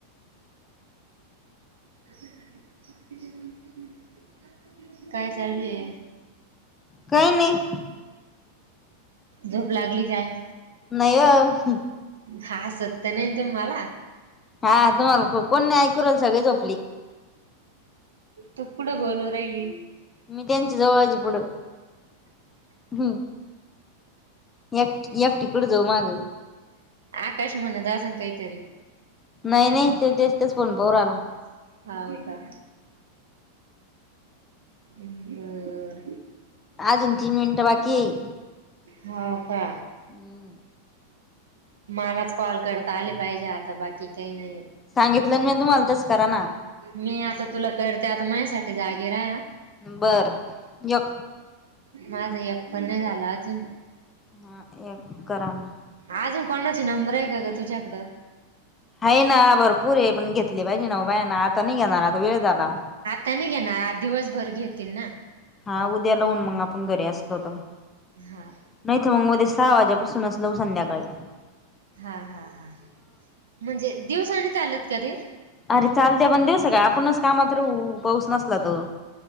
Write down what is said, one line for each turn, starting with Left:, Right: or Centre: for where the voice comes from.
Right: <unintelligible> काय चालूये
Left: काही नाही
Right: झोप लागली काय
Left: नाही <unintelligible>
Right: हा सत्य नाही तुम्ही मला
Left: हा तुम्हाला कोणणी ऐकूल <unintelligible> सगळी झोपली
Right: तू कुठं बोलू राहिली
Left: मी त्यांच्या जवळज पुढं ह एकक <unintelligible> टिकड जाऊ माग
Right: आकाश म्हणा दासन काहीतरी
Left: नाही नाही ते तेच तेच पण पऊर आला
Right: हव का बरं
Left: अजून तीन मिनिटं बाकी येई
Right: हो का
Left: हम्म
Right: मलाच कॉल करता आली पाहिजे आता बाकी काही नाही
Left: सांगितलं मी तुम्हाला तेच करा ना
Right: मी आता तुला कळते आता माझ्या साठी जागे रा
Left: बर ज <unintelligible>
Right: माझं एक पण नाही झालं अजून
Left: हा एक करा ना
Right: अजून कोणाची नंबर आहे का ग तुझ्याकडं
Left: आहे ना भरपूर आहे पण घेतली पाहिजे ना बाय ना आता नाही घेणार आता वेळ झाला
Right: त्यांनी घेणार आज दिवसभर घेतील ना.
Left: हा उद्या लाहून मग आपण घरी असलो तर
Right: हा
Left: नाही तर मग उद्या सहा वाजापासूनच लाऊ संध्याकाळी.
Right: हा हा हा म्हणजे दिवसाने चालत का ते.
Left: अरे चालते पण दिवसा का आपणच कामात रहू पाऊस नसला तो.